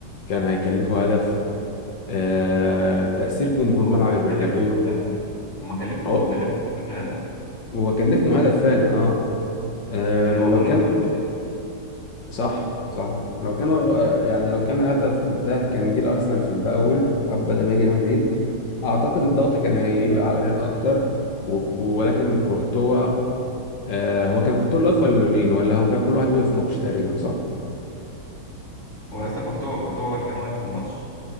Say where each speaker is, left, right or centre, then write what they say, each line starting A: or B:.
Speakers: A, on the left; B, on the left.
A: كان هيكلفه هدف أه تأثير جمهور
B: هو
A: ملعب البرنابيو
B: كلفه فعلا هما كلفه
A: هو
B: هو كلفهم الفكرة هدف
A: هو كان ليفهم هدف فعلا اه آه،
B: لأن هو غلط
A: لو كان
B: قدام
A: صح صح لو كان آه، يعني لو كان الهدف بتاعه كان جه الارسنال في الاول بدل ما يجي ريال مدريد اعتقد الضغط كان هيبقى على ريال اكتر و- ولكن كورتوا آه، هو كان كورتوا اللي واقف ولا لونين ولا هو كان كل واحد واقف في ماتش تقريبا صح؟
B: هو يا اسطى كورتوا كورتوا هو اللي كان واقف في الماتش